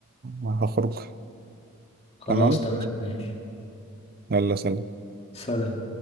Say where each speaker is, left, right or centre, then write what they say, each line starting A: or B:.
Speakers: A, on the right (about 40°); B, on the left (about 25°).
A: هخرج
B: خلاص
A: تمام
B: تمام ماشي
A: يلا سلام
B: سلام